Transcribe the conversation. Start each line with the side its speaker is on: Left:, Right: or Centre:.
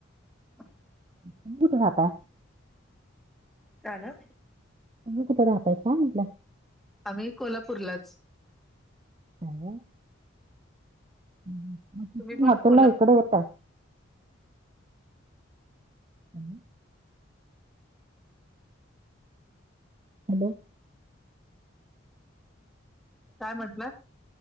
Centre: <unintelligible>
Right: तुम्ही कुठं राहताय?
Centre: का ना.
Right: तुम्ही कुठं राहातायसा म्हटलं.
Centre: आम्ही कोल्हापूरलाच.
Right: <unintelligible> हुं हुं मग तिथून
Centre: तुम्ही पण
Right: हॉटेलला
Centre: कोल्हापूर
Right: इकडे येता. हॅलो! हॅलो!
Centre: काय म्हंटला?